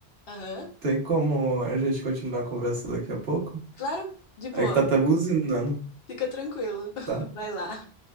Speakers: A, on the left; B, on the right.
A: Aham.
B: Tem como a gente continuar a conversa daqui a pouco?
A: Claro, de boa.
B: É que tá até buzinando,
A: Fica tranquilo. <laughs>
B: tá?
A: Vai lá.